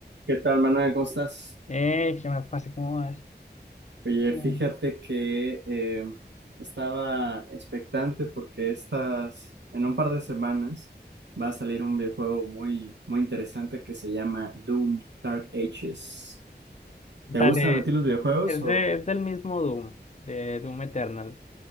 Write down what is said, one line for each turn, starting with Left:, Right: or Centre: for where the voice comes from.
Right: ¿Qué tal, Manuel? ¿Cómo estás?
Left: Eh, ¿qué más, parce? ¿Cómo vas?
Right: Oye,
Left: Mm.
Right: fíjate que eh, estaba expectante porque estas, en un par de semanas va a salir un videojuego muy, muy interesante que se llama Doom Dark Ages.
Left: Dale,
Right: ¿Te gustan a ti los videojuegos
Left: es,
Right: o
Left: de, es del mismo Doom, de Doom Eternal.